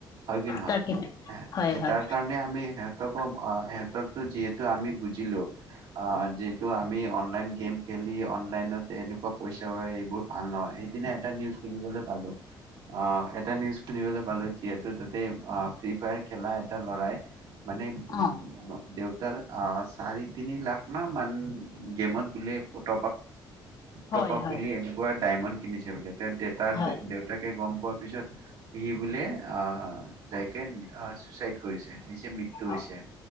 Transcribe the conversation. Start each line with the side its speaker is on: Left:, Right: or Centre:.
Right: হয় কি নহয়
Left: তাকে হয় হয়
Right: তাৰ কাৰণে আমি সিহঁতকো সিহঁতকো যিহেতু আমি বুজি বুজিলো যে ত' আমি অনলাইন গেম খেলি অন অনলাইনত এনেকুৱা পইচা এইবোৰ ভাল নহয়। সেইদিনা এটা নিউজ শুনিবলৈ পালোঁ। অ'! এটা নিউজ শুনিবলৈ পালোঁ। যিহেত তাতে অ'! ফ্ৰী ফায়াৰ খেলা এটা ল'ৰাই মানে, উম!
Left: অ
Right: দেউ তাৰ চাৰে তিনি লাখ না <unintelligible> গেমত বোলে <unintelligible>
Left: হয়
Right: টপাপ
Left: হয়
Right: বুলি এনেকুৱা ডায়মণ্ড কিনিছে বোলে। তেওঁৰ দেউতাৰ,
Left: হয়
Right: দেউতাকে গম পোৱা তাৰ পিছত সি বোলে অ'! যাইকে চুইচাইড কৰিছে। নিজে মৃত্যু হৈছে।
Left: অ